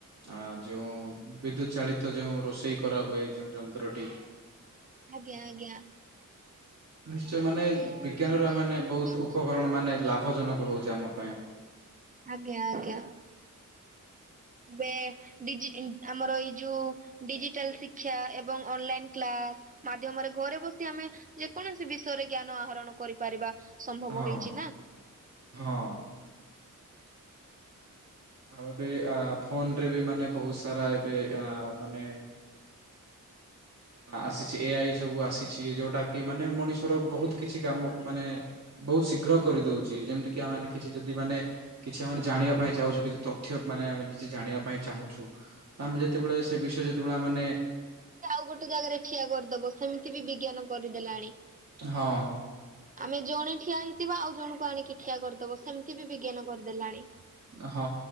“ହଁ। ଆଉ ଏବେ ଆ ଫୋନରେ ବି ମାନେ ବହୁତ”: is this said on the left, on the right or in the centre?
Right